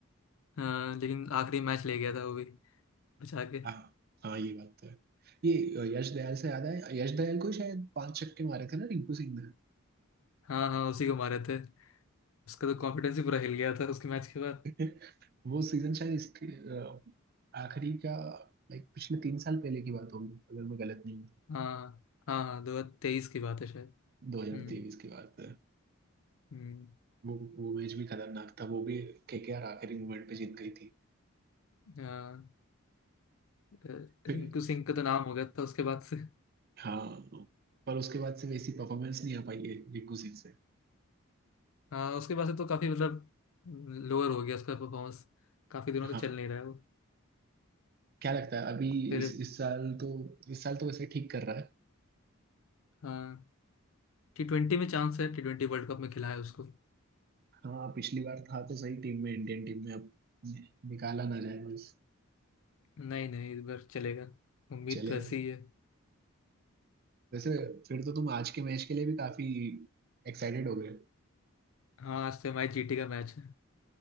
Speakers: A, on the left; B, on the right.
A: हाँ लेकिन आखिरी मैच ले गया था वो भी बचा के
B: हाँ हाँ ये बात तो है ये अ, यश दयाल से याद है यश दयाल को शायद पांच छक्के मारे थे ना रिंकू सिंह ने
A: हाँ हाँ उसी को मारे थे उसका तो कॉन्फिडेंस ही पूरा हिल गया था उसके मैच के बाद
B: <laughs> वो सीजन शायद इसके अ, आखिरी का लाइक पिछले तीन साल पहले की बात होगी अगर मैं गलत नहीं हूँ
A: हाँ हाँ हाँ दो हजार तेईस की बात है शायद
B: तो 2023
A: हम्म
B: की बात है
A: हम्म
B: वो वो मैच भी खतरनाक था वो भी केकेआर आखिरी मोमेंट पे जीत गई थी
A: हाँ अ,
B: फिर
A: रिंकू सिंह का तो नाम हो गया था उसके बाद से
B: हाँ पर उसके बाद से वैसी परफॉर्मेंस नहीं आ पाई है रिंकू सिंह से
A: हाँ उसके बाद से तो काफी मतलब लोअर हो गया उसका परफॉर्मेंस काफी दिनों से
B: हाँ
A: चल नहीं रहा है वो
B: क्या लगता है अभी
A: फिर
B: इस इस साल तो इस साल तो वैसे ठीक कर रहा है
A: हाँ टी ट्वेंटी में चांस है टी ट्वेंटी वर्ल्ड कप में खिलाया उसको
B: हाँ पिछली बार था तो सही टीम में इंडियन टीम में अब नि- निकाला ना जाए बस
A: नहीं नहीं इस बार चलेगा उम्मीद
B: चलेगा
A: तो ऐसी ही है
B: वैसे फिर तो तुम आज के मैच के लिए भी काफी एक्साइटेड हो गए
A: हाँ आज तो हमारी जीटी का मैच है